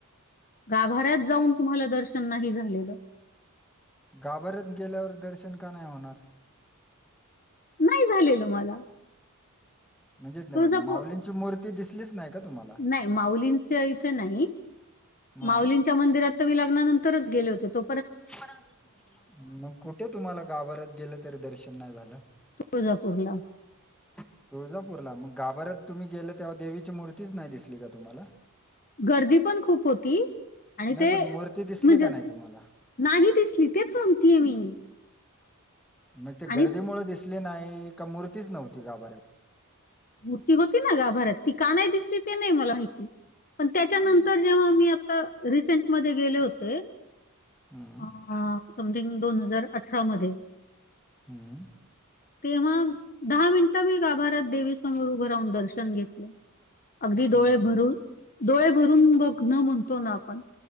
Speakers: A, on the left; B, in the centre.
A: गाभाऱ्यात जाऊन
B: नाही
A: तुम्हाला दर्शन नाही झालेलं
B: गाभाऱ्यात गेल्यावर दर्शन का नाय होणार?
A: नाही झालेलं मला
B: म्हणजे
A: तुळजापूर
B: माउलींची मूर्ती दिसलीच नाही का तुम्हाला?
A: नाही माउलींच्या इथं नाही,
B: मग?
A: माऊलीं त्या मंदिरात तर मी लग्नानंतरच गेले होते. तो
B: <unintelligible> मग कुठे तुम्हाला गाभऱ्यात गेलं तरी दर्शन नाय झालं?
A: तुळजापूरला
B: तुळजापूरला? मग गाभाऱ्यात तुम्ही गेले तेव्हा देवीची मूर्तीच नाय दिसली का तुम्हाला?
A: गर्दी पण खूप होती
B: नाही
A: आणि ते
B: पण मूर्ती दिसली
A: म्हणजे
B: का नाही तुम्हाला?
A: नाही दिसली तेच म्हणतीये मी
B: मं ते
A: आणि
B: गर्दीमुळे दिसली नाही? का मूर्तीच नव्हती गाभऱ्यात?
A: मूर्ती होती ना गाभाऱ्यात ती का नाय दिसली ते नाही मला माहिती पण त्याच्यानंतर
B: हं.
A: जेव्हा मी आत्ता रिसेंटमध्ये गेले होते अं
B: हं,
A: आं समथिंग दोन हजार अठरा मधे
B: हम्म
A: तेव्हा दहा मिनटं मी गाभाऱ्यात देवीसमोर उभं राहून दर्शन घेतलं, अगदी
B: हं,
A: डोळे
B: हं, हं,
A: भरून डोळे भरून बघणं म्हणतो ना आपण